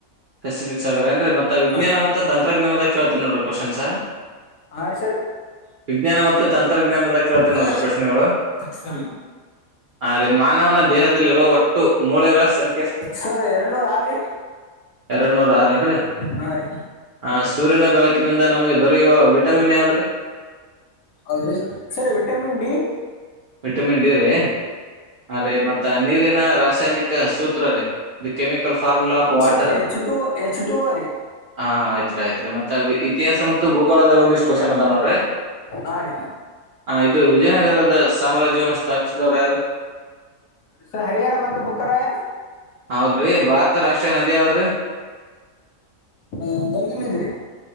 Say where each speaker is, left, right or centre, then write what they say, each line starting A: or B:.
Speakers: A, on the right; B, on the left.
A: ಪೆಸಿಫಿಕ್ ಸಾಗರ ಏನ್ೀ ಮತ್ತೆ ವಿಜ್ಞಾನ
B: ಹಾ ರೀ
A: ಮತ್ತುೆ ತಂತ್ರಜ್ಞಾನದ ಕೇಳ್ತೀನಿ ನೋಡ್ರಿ ಕ್ವಶನ್ಸ
B: ಹಾ ರೀ ಸರ್
A: ವಿಜ್ಞಾನ ಮತ್ತು ತಂತ್ರಜ್ಞಾನದ ಕೇಳ್ತೀನ್
B: ಹಾ
A: ನೋಡ್ರಿ ಪ್ರಶ್ನೆಗಳು
B: ಸರಿ
A: ಹ ರೀ ಮಾನವನ ದೇಹದಲ್ಲಿರೋ ಒಟ್ಟು ಮೂಳೆಗಳ ಸಂಖ್ಯೆ ಎಷ್ಟ್ರೀ
B: ಸರ್ ಎರಡುನೂರು ಯಾರ ರೀ
A: ಎರಡು ನೂರ ಆರೇನ್ ರೀ
B: ಹಾ ರೀ
A: ಹ ಸೂರ್ಯನ ಬೆಳಕಿನಿಂದ ನಮಗೆ ದೊರೆಯುವ ವಿಟಮಿನ್ ಯಾವ್ದ್ರೆ
B: ಹೌದ್ರೀ ಸರಿ ವಿಟಮಿನ್ ಡಿ
A: ವಿಟಮಿನ್ ಡಿ ರೀ ಅ ರೀ ಮತ್ತ ನೀರಿನ ರಾಸಾಯನಿಕ ಸೂತ್ರರಿ the chemical formula of water
B: sir H two H two O ರೀ.
A: ಹಾ ಆಯ್ತ್ರಿ ಆಯ್ತ್ರಿ ಮತ್ತ ಇತಿಹಾಸ ಮತ್ತು ಭೂಗೋಳದಾಗ ಒಂದಿಷ್ಟು ಕ್ವಶನ್ ಅದಾವ ನೋಡ್ರಿ.
B: ಹಾಂ ರೀ
A: ಹ ಇದು ವಿಜಯನಗರದ ಸಾಮ್ರಾಜ್ಯವನ್ನು ಸ್ಥಾಪಿಸದವ್ರು ಯಾರೀ?
B: ಸರ ಹರಿಹರ ಮತ್ತು ಬುಕ್ಕರಾಯ.
A: ಹೌದ್ರಿ ಭಾರತ ರಾಷ್ಟ್ರೀಯ ನದಿ ಯಾವದ್ರಿ?
B: ಹ ಗಂಗಾ ನದಿರಿ.